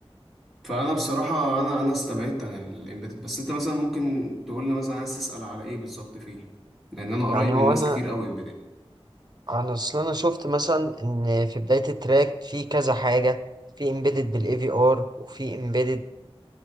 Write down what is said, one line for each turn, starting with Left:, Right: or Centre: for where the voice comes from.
Centre: فانا بصراحه انا انا استبعدت عن الامبيدد بس انت مثلا ممكن تقول لي مثلا عايز تسال على ايه بالظبط فيه لان انا قريب
Right: يعني هو
Centre: من ناس
Right: انا
Centre: كتير قوي امبيدد
Right: انا اصل انا شفت مثلا ان في بداية التراك في كذا حاجة في امبيدد بالاي في ار وفي امبيدد